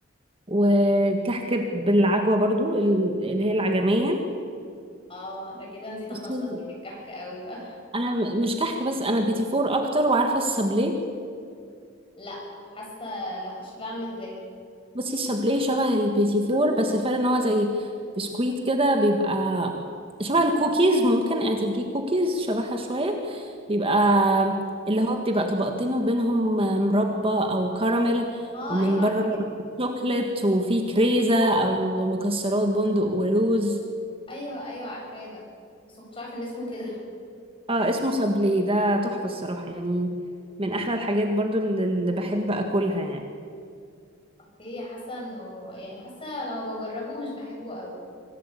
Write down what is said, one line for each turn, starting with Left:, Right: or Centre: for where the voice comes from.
Right: وكحك بالعجوة برضو ال- اللي هي العجمية
Left: اه ده كده انتي تخصصتي
Right: بصي
Left: في الكحك قوي بقى
Right: انا م- مش كحك بس انا بيتي فور اكتر وعارفة السابليه
Left: لا حاسه لا شكلها عامل ازاي
Right: بصي السابليه شبه البيتي فور بس الفرق ان هو زي بسكويت كده بيبقى شبه الكوكيز ممكن اعتبريه كوكيز شبهها شوية بيبقى اللي هو بتبقى طبقتين وبينهم مربى او كراميل
Left: اه
Right: ومن
Left: ايوه
Right: بره
Left: عارفاه
Right: شوكليت وفيه كريزة او مكسرات بندق ولوز
Left: ايوه ايوه عارفاه ده بس ما كنتش عارفه ان اسمه كده <laughs>
Right: اه اسمه صبلي ده تحفة الصراحة يعني من احلى الحاجات برضو اللي اللي بحب اكلها يعني
Left: اوكي حاسه انه يعني حاسه لما بجربه مش بحبه قوي